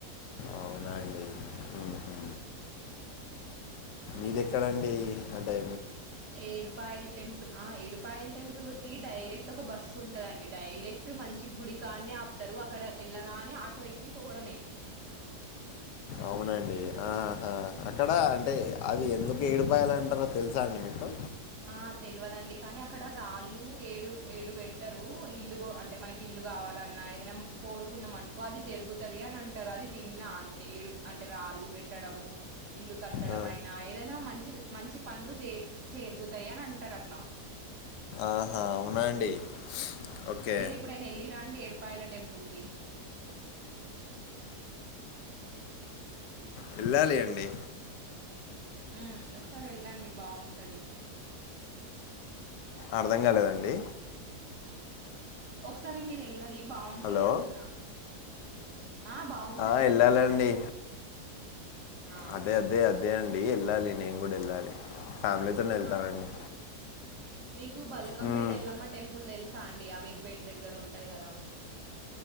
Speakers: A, on the left (about 80°); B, on the right (about 50°).
A: అవునా అండి. హుహు. ఇది ఎక్కడండి అదే
B: ఏడుపాయల టెంపుల్ ఆ ఏడుపాయల టెంపుల్ కి డైరెక్ట్ ఒక బస్ ఉంటదండి డైరెక్ట్ మంచి గుడి కాన్నే ఆపుతారు అక్కడ వెళ్ళగానే ఆటో ఎక్కి పోవడమే
A: అవునండి ఆహా అ ఇక్కడ అంటే అది ఎందుకు ఏడిపోయాలంటారు తెలుసా అండి మీకు
B: ఆ తెలియదండి కానీ అక్కడ రాళ్ళు ఏడు ఏడు పెడతారు ఇల్లు అంటే మనకి ఇల్లు కావాలన్నా ఏదైనా కోరుకున్నాం అనుకో అది జరుగుతుది అని అంటారు అది విన్నా అంతే ఏడు అంటే రాళ్ళు పెట్టడము ఇల్లు కట్టడం
A: ఆ!
B: అయినా ఏదైనా మంచి మంచి పనులు చే జరుగుతాయి అని అంటారు అట్లా
A: ఆహా! అవునా అండి. ఓకే.
B: మీరు ఎప్పుడైనా వెళ్ళి రండి ఏడిపాయల టెంపుల్ కి
A: వెళ్ళాలి అండి
B: ఆ ఒకసారి వెళ్ళండి బాగుంటది
A: అర్ధం కాలేదండి
B: ఒకసారి మీరు వెళ్ళండి బాగుంటది
A: హలో
B: అంటున్నా ఆ బాగుంటది
A: ఆ, వెళ్ళాలండి
B: అంటున్నా అండి ఆ
A: అదే అదే అదే అండి ఏళ్లాలి కూడా వెళ్ళాలి ఫ్యామిలీతో వెళ్తానండి
B: ఆ మీకు బల్కంపేట
A: మ్మ్,
B: ఎల్లమ్మ టెంపుల్ తెలుస చాండియా ఆమీరుపేట దగ్గర ఉంటది కదా